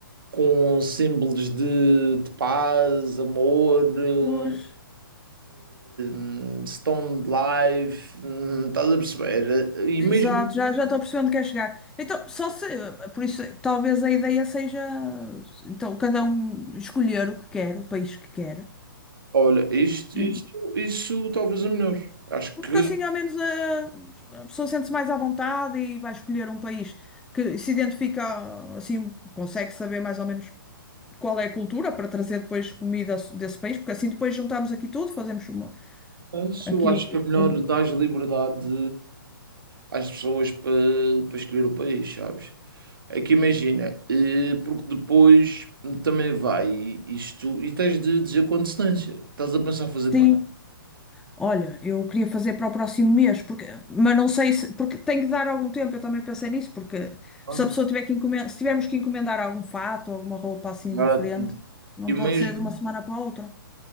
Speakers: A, on the right; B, in the centre.
A: com símbolos de, de paz, amor, eh,
B: Pois.
A: eh, stone life, hum, estás a perceber? E
B: Exato,
A: mesmo
B: já, já estou percebendo que é chegar. Então, só se, por isso, talvez a ideia seja, então, cada um escolher o que quer, o país que quer.
A: Olha, isto,
B: Sim.
A: isto, isso talvez é melhor. Acho
B: Porque
A: que
B: assim, ao menos, a, a pessoa sente-se mais à vontade e vai escolher um país que se identifica, assim, consegue saber mais ou menos qual é a cultura para trazer depois comida desse país, porque assim depois juntamos aqui tudo, fazemos uma,
A: isso,
B: aqui.
A: acho que é melhor
B: um-
A: dar liberdade às pessoas para para escolher o país, sabes? É que imagina, eh, porque depois também vai isto e tens de dizer com antecedência. Estás a pensar fazer quando?
B: Sim, olha, eu queria fazer para o próximo mês, porque, mas não sei se, porque tem que dar algum tempo, eu também pensei nisso, porque
A: Quando?
B: se a pessoa tiver que encomendar, se tivermos que encomendar algum fato, alguma roupa assim
A: Agora,
B: diferente, não
A: E mesmo,
B: pode ser de uma semana para a outra.